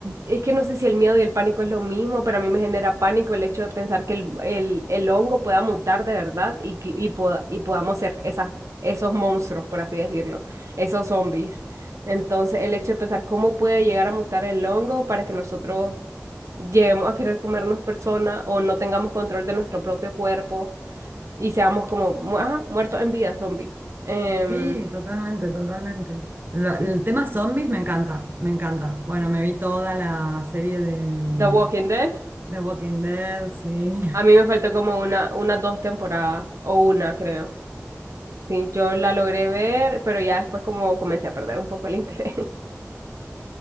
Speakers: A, on the right (about 75°); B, on the right (about 45°).
A: es que no sé si el miedo y el pánico es lo mismo, pero a mí me genera pánico el hecho de pensar que el, el, el hongo pueda mutar de verdad y, que- y, poda- y podamos ser esas, esos monstruos, por así decirlo, esos zombies. Entonces, el hecho de pensar cómo puede llegar a mutar el hongo para que nosotros lleguemos a querer comernos personas o no tengamos control de nuestro propio cuerpo y seamos como, mu- ajá, muertos en vida, zombies. Em,
B: Sí, totalmente, totalmente. Lo-
A: sí.
B: el tema zombies me encanta, me encanta. Bueno, me vi toda la serie de mm,
A: The Walking Dead.
B: The Walking Dead, sí. <laughs>
A: A mí me faltó como una, unas dos temporadas, o una, creo. Sí, yo la logré ver, pero ya después como comencé a perder un poco el interés. <laughs>